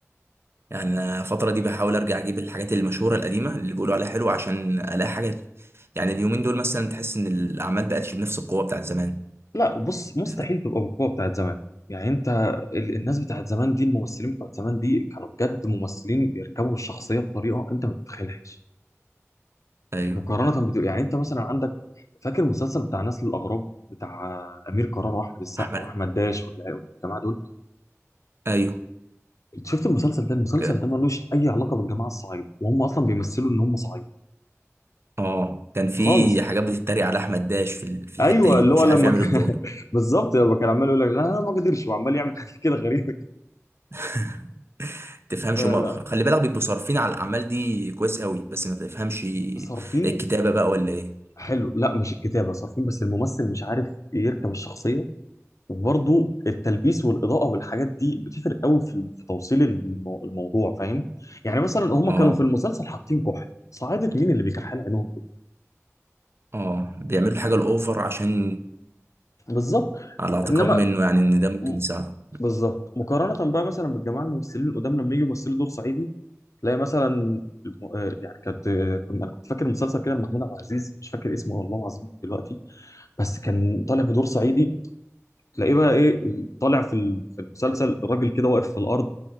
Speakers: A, on the right (about 50°); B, on the left (about 85°).
A: يعني أنا الفترة دي بحاول أرجع أجيب الحاجات المشهورة القديمة اللي بيقولوا عليها حلوة عشان ألاقي حاجات يعني اليومين دول مثلا تحس إن الأعمال بقتش بنفس القوة بتاعت زمان
B: لا بص مستحيل
A: ف...
B: تبقى بالقوه بتاعت زمان يعني انت ال- الناس بتاعت زمان دي الممثلين بتوع زمان دي كانوا بجد ممثلين بيركبوا الشخصيه بطريقه انت ما تتخيلهاش
A: أيوه
B: مقارنه بدو... يعني انت مثلا عندك فاكر المسلسل بتاع نسل الاغراب بتاع امير كرارة واحمد السقا
A: أحمد
B: واحمد داش والع- والجماعه دول
A: أيوه
B: انت شفت المسلسل ده المسلسل
A: ك...
B: ده ملوش اي علاقه بالجماعه الصعيد وهم اصلا بيمثلوا ان هم صعيد
A: آه كان في
B: خالص
A: حاجات بتتريق على أحمد داش في ال- في الحتة
B: ايوه
A: دي
B: اللي
A: مش
B: هو لما
A: عارف يعمل
B: كان
A: الدور
B: <laughs> بالظبط لما كان عمال يقول لك لا أنا ما اقدرش وعمال يعمل حاجه كده غريبه
A: <laughs> تفهمش
B: فلا
A: هما خلي بالك بيبقوا صارفين على الأعمال دي كويس قوي بس ما تفهمش
B: صارفين
A: الكتابة بقى ولا إيه
B: حلو لا مش الكتابه صارفين بس الممثل مش عارف يركب الشخصيه وبرضه التلبيس والاضاءه والحاجات دي بتفرق قوي في في توصيل المو- الموضوع فاهم يعني مثلا هم
A: آه
B: كانوا في المسلسل حاطين كحل صعيدة مين اللي بيكحل عينهم دول؟
A: آه بيعملوا الحاجة الأوفر عشان
B: بالظبط
A: على اعتقاد
B: انما
A: منه يعني إن ده ممكن
B: م-
A: يساعده
B: بالظبط مقارنه بقى مثلا بالجماعه الممثلين القدام لما يجوا يمثلوا دور صعيدي تلاقي مثلا الم- آه، يعني كانت آه، كنت- انا كنت فاكر مسلسل كده لمحمود عبد العزيز مش فاكر اسمه والله العظيم دلوقتي بس كان طالع بدور صعيدي تلاقيه بقى ايه طالع في ال- في المسلسل الراجل كده واقف في الارض